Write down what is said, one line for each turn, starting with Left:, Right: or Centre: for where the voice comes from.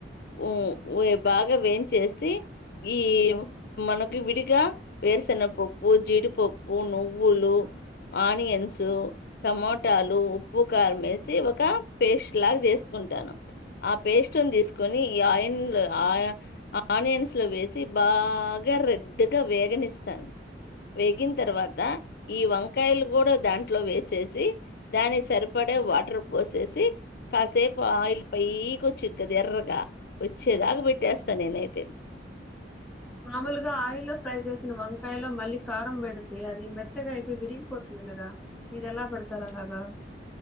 Left: ఊ ఉ బాగా వేయించేేసి ఈ మనకి విడిగా వేరుశెన్నపప్పు జీడిపప్పు నువ్వులు ఆనియన్స్ టమటాలు ఉప్పు కారం వేసి ఒక పేస్ట్ లాగా చేసుకుంటాను ఆ పేస్ట్ ని తీసుకుని ఈ ఆయిన్ల ఆ ఆనియన్స్ లో వేసి బాగ రెడ్గా వేగనిస్తాను వేగిన్ తర్వాత ఈ వంకాయలు కూడ దాంట్లో వేసేసి దాని సరిపడే వాటర్ పోసేసి కాసేపు ఆయిల్ పైకి వచ్చిది కదా ఎర్రగా వచ్చేదాకా పెట్టేస్తా నేనైతే.
Centre: మామూలుగ ఆయిల్లో ఫ్రై చే వంకాయలో మళ్ళీ కారం పెడితే అది మెత్తగా అయిపోయి విరిగిపోతుంది కదా మీరు ఎలా పెడతారు అలాగా